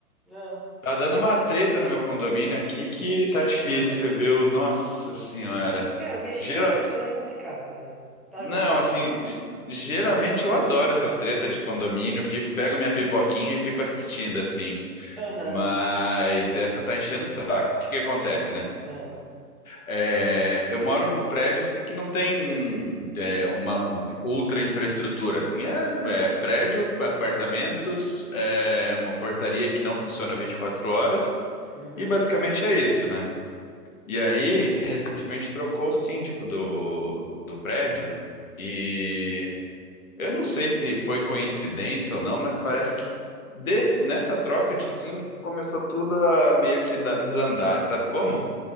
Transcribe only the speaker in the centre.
Ah,
vixe,
Maria.
Cara, mexer
com pessoa é complicado, né? Tá
junto
assim.
Aham.
Ah,
uhum.